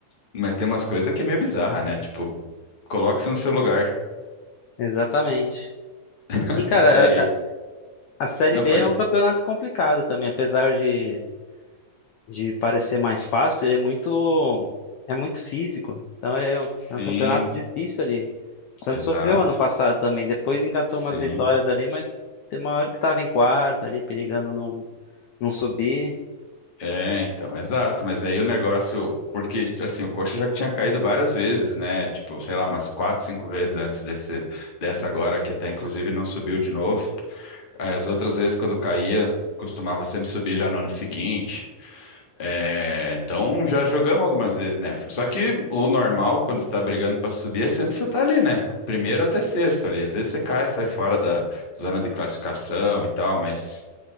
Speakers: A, on the left; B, on the left.
A: mas tem umas coisas que é meio bizarra, né, tipo, coloque-se no seu lugar,
B: exatamente.
A: <laughs>
B: E cara,
A: daí,
B: a, a- a Série
A: não,
B: B
A: pode
B: é um campeonato complicado também, apesar de, de parecer mais fácil, ele é muito é muito físico. Então é um,
A: Sim,
B: é um campeonato difícil ali. O Santos
A: exato.
B: sofreu ano passado também, depois engatou
A: Sim.
B: umas vitórias ali, mas tem uma hora que tava em quarto ali, perigando não, não subir.
A: É, então, exato. Mas aí o negócio, porque assim, o coxa já tinha caído várias vezes, né? Tipo, sei lá, umas quatro, cinco vezes antes desse, dessa agora, que até inclusive não subiu de novo. Aí, As outras vezes, quando caía, costumava sempre subir já no ano seguinte. É, então já jogamos algumas vezes, né? Só que o normal, quando tá brigando pra subir, é sempre você tá ali, né? Primeiro até sexto ali. Às vezes você cai, sai fora da zona de classificação e tal, mas.